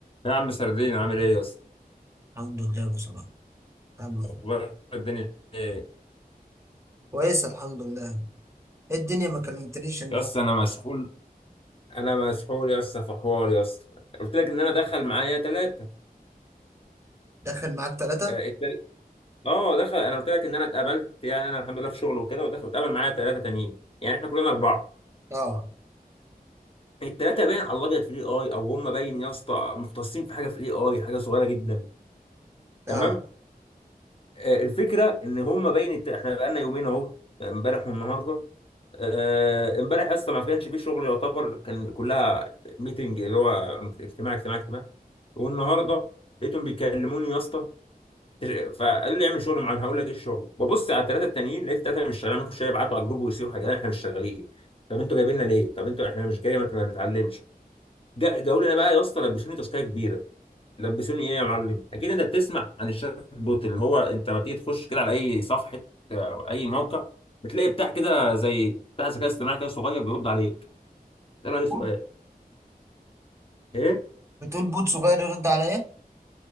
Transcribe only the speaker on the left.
يا عم سردين عامل ايه يا اسطى
اخبار الدنيا ايه
يا اسطى انا مسحول انا مسحول يا اسطى في حوار يا اسطى قلت لك ان انا دخل معايا ثلاثه
اه التل- آه، دخل انا قلت لك ان انا اتقابلت يعني انا الحمد لله في شغل وكده ودخل اتقابل معايا ثلاثه تانيين يعني احنا كلنا اربعه
الثلاثه باين على الابيض في الاي اي او هم باين يا اسطى مختصين في حاجه في الاي اي حاجه صغيره جدا تمام
آه، الفكره ان هم باين الت- احنا بقالنا يومين اهو يعني امبارح والنهارده آه، امبارح اصلا ما كانش فيه شغل يعتبر كان كلها ميتنج اللي هو اجتماع اجتماع اجتماع والنهارده لقيتهم بيكلموني يا اسطى فقال لي اعمل شغل معين هقول لك ايه الشغل ببص على الثلاثه التانيين لقيت الثلاثه مش شغالين ممكن شويه يبعتوا على الجروب ويصيحوا حاجات احنا مش شغالين طب انتوا جايبيننا ليه؟ طب انتوا احنا مش جايه ما ما بنتعلمش جا- جاوا لنا بقى يا اسطى لبسوني تاسكيه كبيره لبسوني ايه يا معلم اكيد انت بتسمع عن الشات بوت اللي هو انت لما بتيجي تخش كده على اي صفحه او اي موقع بتلاقي بتاع كده زي بتاع ذكاء اصطناعي كده صغير بيرد عليك تساله اي سؤال
ايه